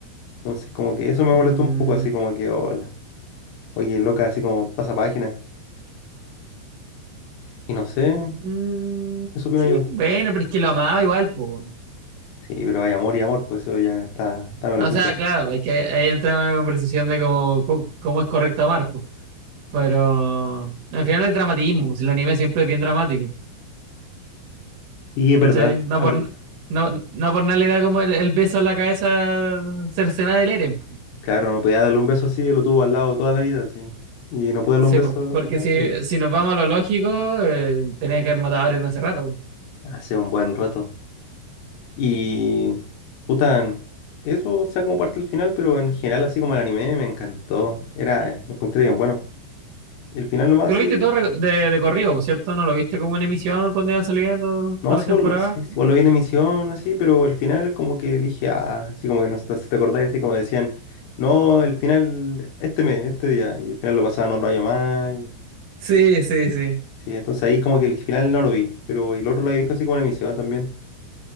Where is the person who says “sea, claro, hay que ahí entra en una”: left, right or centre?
Right